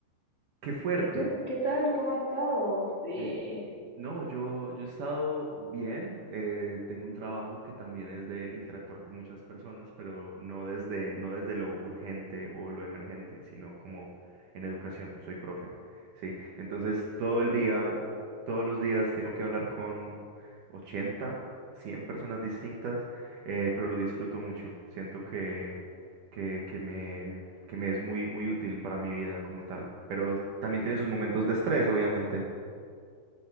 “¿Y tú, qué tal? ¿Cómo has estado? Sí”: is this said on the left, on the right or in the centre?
Left